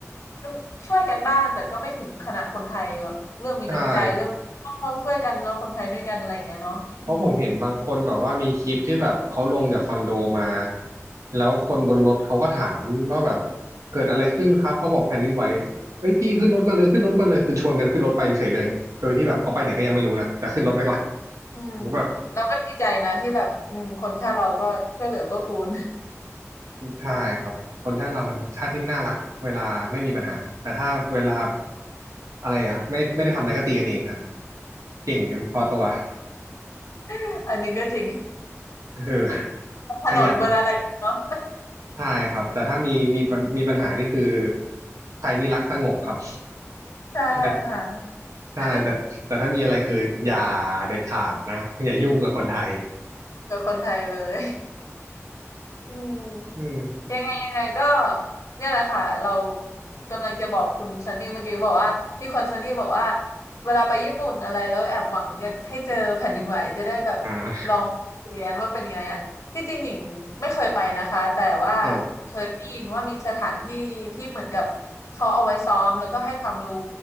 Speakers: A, on the left; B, on the right.
A: ก็ช่วยกันบ้างแต่ก็ไม่ถึงขนาดคนไทยแบบเรื่องมีน้ำใจเรื่องต้องช่วยกันเราคนไทยด้วยกันอะไรอย่างเงี้ยเนาะอืม
B: ใช่ เพราะผมเห็นบางคนแบบว่ามีคลิปที่แบบเขาลงจากคอนโดมาแล้วคนบนรถเขาก็ถามว่าแบบเกิดอะไรขึ้นครับเขาบอกแผ่นดินไหวเอ้ยพี่ขึ้นรถมาเลยขึ้นรถมาเลยคือชวนกันขึ้นรถไปเฉยเลยโดยที่แบบเขาไปไหนก็ยังไม่รู้นะแต่ขึ้นรถไปก่อน
A: อืม
B: ผมแบบ
A: เราก็ดีใจนะที่แบบอืมคนชาติเราก็ช่วยเหลือเก็กูล
B: ใช่ครับคนชาติเราเป็นชาติที่น่ารักเวลาไม่มีปัญหาแต่ถ้าเวลาอะไรอะไม่ไม่ได้ทำอะไรก็ตีกันเองฮะเก่งกันพอตัว
A: <laughs> อันนี้ก็จริง
B: เออ
A: <laughs> นถนนบนอะไรเนาะ
B: ขยัน ใช่ครับแต่ถ้ามีมีปัญมีปัญหานี่คือไทยนี่รักสงบครับ
A: <laughs> ใช่ค่ะ
B: แต่ใช่แต่แต่ถ้ามีอะไรคืออย่า
A: <laughs>
B: เด็ดขาดนะอย่ายุ่งกับคนไทย
A: เจอคนไทยเลยอืม
B: อืม
A: ยังไงยังไงก็เนี่ยแหละค่ะเรากำลังจะบอกคุณซันนี่เมื่อกี้บอกว่าที่คอนซันนี่บอกว่าเวลาไปญี่ปุ่นอะไรแล้วแอบหวังอยากให้เจอแผ่นดินไหวจะได้แบบ
B: อ่า
A: ลองเรียนว่าเป็นไงอ่ะที่จริงหญิงไม่เคยไปนะคะแต่ว่า
B: ครับ
A: เคยได้ยินว่ามีสถานที่ที่เหมือนกับเขาเอาไว้ซ้อมแล้วก็ให้ความรู้